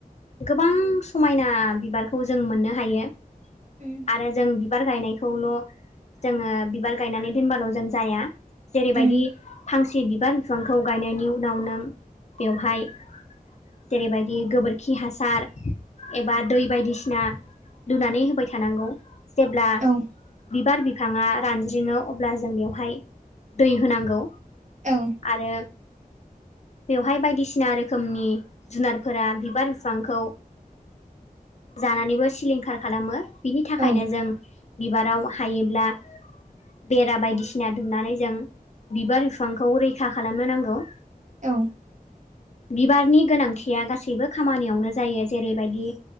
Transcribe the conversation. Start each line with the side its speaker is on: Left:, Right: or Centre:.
Left: गोबां समायना बिबारखौ जों मोननो हायो
Right: उम
Left: आरो जों बिबार गायनायखौल' जोङो बिबार गायनानै दोनबाल' जों जाया जेरैबायदि
Right: उम
Left: फांसे बिबार बिफांखौ गायनायनि उनाव नों बेवहाय जेरैबायदि गोबोरखि हासार एबा दै बायदिसिना ना लुनानै होबाय थानांगौ जेब्ला
Right: औ
Left: बिबार बिफाङा रानज्रिङो अब्ला जों बेवहाय दै होनांगौ
Right: औ
Left: आरो बेवहाय बायदिसिना रोखोमनि जुनारफोरा बिबार बिफांखौ जानानैबो सिलिंखार खालामो बिनि थाखायनो
Right: औ
Left: जों बिबाराव हायोब्ला बेरा बायदिसिना दुमनानै जों बिबार बिफांखौ रैखा खालामनो नांगौ
Right: औ
Left: बिबारनि गोनांथिया गासैबो खामानियावनो जायो जेरैबायदि